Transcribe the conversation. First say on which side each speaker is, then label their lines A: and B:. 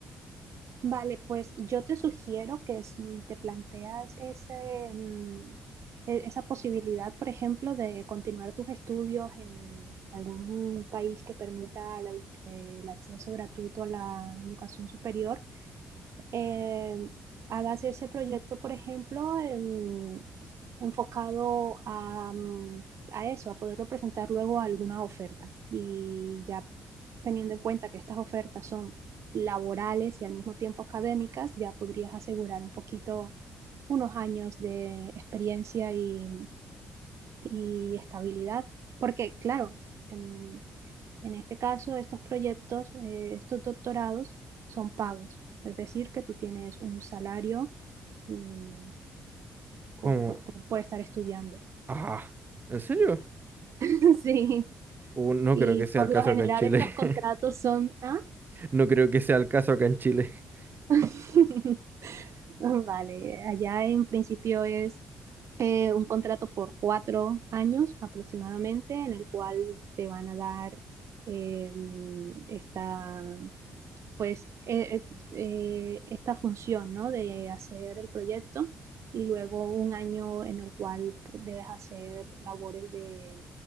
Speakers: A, on the right; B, on the right.
A: Vale, pues yo te sugiero que si te planteas ese, mm, e- esa posibilidad, por ejemplo, de continuar tus estudios en algún país que permita la edu- eh, el acceso gratuito a la educación superior, eh, hagas ese proyecto, por ejemplo, em, enfocado a, mm, a eso, a poderlo presentar luego a alguna oferta. Y ya teniendo en cuenta que estas ofertas son laborales y al mismo tiempo académicas, ya podrías asegurar un poquito unos años de experiencia y, y estabilidad. Porque, claro, em, en este caso, estos proyectos, eh, estos doctorados son pagos, es decir, que tú tienes un salario mm,
B: Como,
A: por, por- por- por estar estudiando.
B: ah, ¿en serio?
A: <laughs> Sí,
B: Uh, no
A: y
B: creo que sea
A: por
B: el caso
A: lo general
B: acá en Chile.
A: estos contratos
B: <laughs>
A: son... ¿ah?
B: No creo que sea el caso acá en Chile. <laughs>
A: <laughs> Vale, allá en principio es eh, un contrato por cuatro años aproximadamente, en el cual te van a dar eh, mm, esta, pues eh, eh, esta función, ¿no? De hacer el proyecto y luego un año en el cual debes hacer labores de,